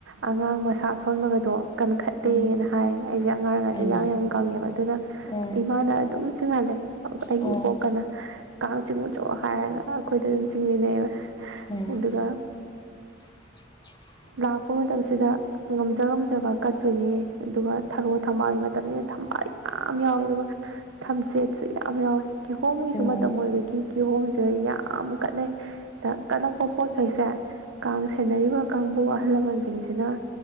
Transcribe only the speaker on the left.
ꯎꯝ
ꯑꯩꯃ
ꯎꯝ
ꯑꯣ
ꯎꯝ ꯑꯣ
<inaudible>
ꯎꯝ ꯎꯝ